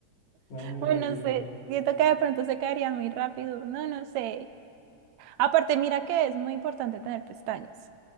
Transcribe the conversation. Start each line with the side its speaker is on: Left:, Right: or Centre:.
Left: más o menos
Right: bueno,
Left: me guío.
Right: no sé, siento que de pronto se caería muy rápido, no, no sé. Aparte, mira que es muy importante tener pestañas,